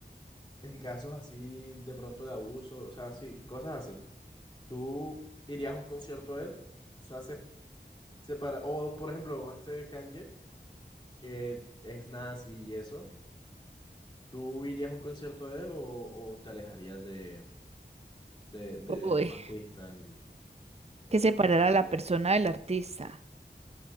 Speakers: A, on the left; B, on the right.
A: en casos así de pronto de abuso, o sea, sí, cosas así. ¿Tú irías a un concierto de él? O sea, se, se para- o por ejemplo, este Kanye, que es nazi y eso, ¿tú irías a un concierto de él o, o te alejarías de, de, de
B: Uy,
A: tu artista en, en
B: que separar
A: todo sentido?
B: a la persona del artista.